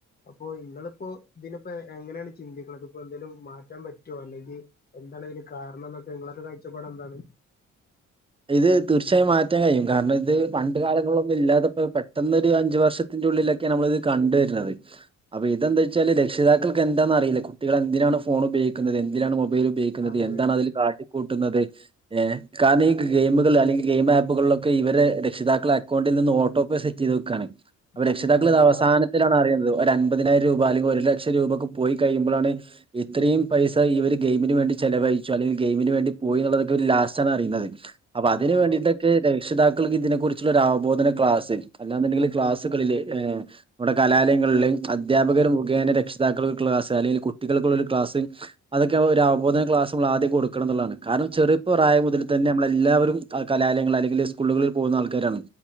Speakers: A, on the left (about 30°); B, on the right (about 20°).
A: അപ്പോൊ ഇങ്ങളിപ്പോ ഇതിപ്പോ എങ്ങനെയാണ് ചിന്തതികൾ അതിപ്പോ എന്തെലും മാറ്റാൻ പറ്റോ അല്ലെങ്കിൽ എന്താണ് ഇതിന് കാരണം ങ്ങളൊക്കെ കാഴ്ചപ്പാട് എന്താണ്
B: ഇത് തീർച്ചയായും മാറ്റാൻ കഴിയും കാരണം ഇത് പണ്ട് കാലങ്ങളൊന്നും ഇല്ലാത്തപ്പോ പെട്ടൊ ഒരു അഞ്ചു വർഷത്തിന്റെ ഉള്ളിലൊക്കൊണ് നമ്മൾ ഇത് കണ്ട വരുന്നത് അപ്പൊ ഇതെന്താ വെച്ചാല് രക്ഷിതാക്കൾക്ക് എന്താന്ന അറിയില്ല കുട്ടികൾ എന്തിനാണ് ഫോൺ ഉപയോഗിക്കുന്നത് എന്തിനാണ് ൽ ഉപയോഗിക്കുന്നത്
A: അതെ
B: എന്താണ്
A: അതെ
B: അതിൽ കാ കൂട്ടുന്നത് ഏ കാനീ- ഗെയിമുകൾ അല്ലെങ്കിൽ ഗെയിം ആപ്പുകളിലൊക്കെ ഇവരെ രക്ഷിതാക്കൾ അക്കൗണ്ടിൽ നിന്ന് ഓ ടോപ്പ് സെറ്റ് ചെയ്ത് വെക്കാണ് അപ്പൊ
A: അതെ
B: രക്ഷിതാക്കൾ
A: അതെ
B: ഇത് അവസാനത്തിലാണ്
A: ആ
B: അറിയുന്നത്- ഒര അൻമ്പപതിനായിരം രൂപ അല്ലെങ്കിൽ ഒരു ലക്ഷം രൂപ ഒക്കെ പോയി കഴിയുമ്പോഴാണ് ഇത്രയും പൈസ ഈ ഒരു ഗെയിമിന് വേണ്ടി ചെലവഴിച്ചു അല്ലെങ്കിൽ ഗെയിമിന് വേണ്ടി പോയി എന്നുള്ളതൊക്കെയിവരു ലാസ്റ്റ് ആണ് അറിയുന്നത്- അപ്പൊ അതിന്
A: ആ ആ
B: വേണ്ടിട്ടൊക്കെ- രക്ഷിതാക്കൾക്ക് ഇതിനെ കുറിച്ചുള്ള ഒരു അവബോധന ക്ലാസ്സ് അല്ലാെന്നുണ്ടെങ്കിൽ ക്ലാസ്സുകളിൽ നമ്മുടെ കലാലയങ്ങളില് അധ്യാപകർ മുഖേന രക്ഷിതാക്കൾക്ക് ക്ലാസ് അല്ലെങ്കിൽ കുട്ടികൾക്കുള്ള ക്ലാസ് അതൊക്കെ ഒരു അവബോധന ക്ലാസ് നമ്മ ആദ്യം കൊടുക്കണം എന്നുള്ളതാണ് കാരണം ചെറുപ്പ പ്രായം മുതൽ തന്നെ- മ്മ ള്എല്ലാവരും കലാലയങ്ങളൾ അല്ലെങ്കിൽ സ്കൂളുകളിൽ പോകുന്ന ആൾക്കാരാണ്